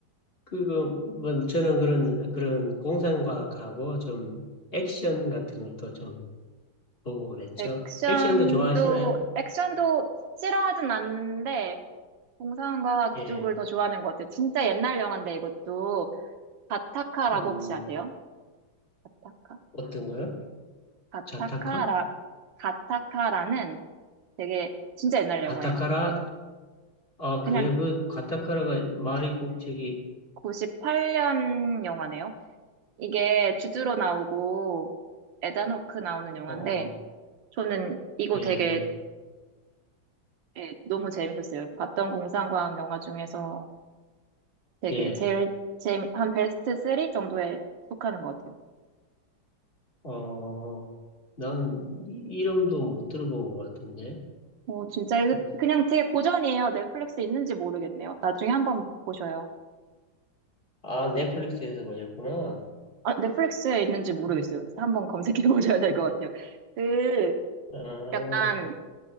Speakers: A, on the left; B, on the right.
A: 그거 뭐 저는 그런 그런 공상과학하고 좀 액션 같은 걸 또 좀 보고 그랬죠.
B: 액션도,
A: 액션도 좋아하시나요?
B: 액션도 싫어하진 않는데, 공상과학
A: 예.
B: 쪽을 더 좋아하는 것 같아요. 진짜 옛날 영화인데 이것도, 가타카라고
A: 음,
B: 혹시 아세요? 가타카?
A: 어떤 거요?
B: 가타카라,
A: 자타카?
B: 가타카라는 되게 진짜 옛날 영화예요.
A: 가타카라? 아,
B: 그냥
A: 그래요. 그 가타카라가 말이 꼭 저기
B: 98년 영화네요. 이게 주드로 나오고 에다노크 나오는 영화인데
A: 어,
B: 저는 이거
A: 예.
B: 되게 예, 너무 재밌었어요. 봤던 공상과학 영화 중에서 되게
A: 예.
B: 제일 재미 한 베스트 3 정도에 속하는 것 같아요.
A: 어, 난 이- 이름도 못 들어본 것 같은데.
B: 어, 진짜
A: 그,
B: 이거 그냥 되게 고전이에요. 넷플릭스 있는지 모르겠네요. 나중에 한번 보셔요.
A: 아, 넷플릭스에서 보셨구나.
B: 아, 넷플릭스에 있는지 모르겠어요.
A: 음,
B: 한번 검색해 <laughs> 보셔야 될
A: 음,
B: 것 같아요. 그
A: 아,
B: 약간